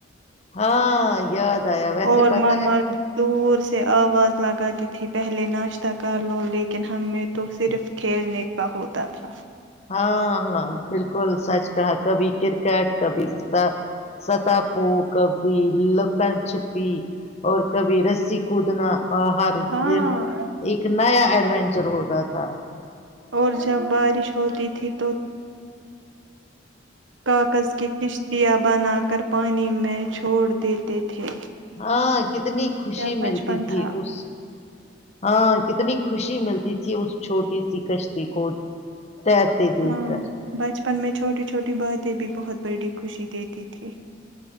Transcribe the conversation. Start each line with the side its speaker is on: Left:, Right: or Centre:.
Left: ہاں یاد آیا ویسے
Right: اور
Left: پتہ
Right: ممر
Left: ہے
Right: <inaudible> دور سے آواز لگا تی تھی پہلے ناشتہ کر لو لیکن ہمیں تو صرف کھیلنے کا ہوتا تھا
Left: ہاں ہ بالکل سچ کہا کبھی کرکٹ کبھی ستا پو کبھی ل کر چھپی اور کبیرس س کوودنا آ ہر
Right: ہاں
Left: دن ایک نیا ایڈوینچر ہوتا تھا
Right: اور جب بارش ہوتی تھی تو کاغذ کی قش پیا بنا کر پانی میں چھوڑ دیتے تھے
Left: ہاں کتنی خوشی
Right: کیا
Left: ملتی
Right: بچپن
Left: تھی
Right: تھا
Left: اس ہاں کتنی خوشی ملتی تھی اس چھوٹی سی کشتی کو تیرتے دیکھ
Right: ہاں
Left: کر
Right: بچپن میں چھوٹی چھوٹی باتیں بھی بہت بڑی خوشی دیتی تھی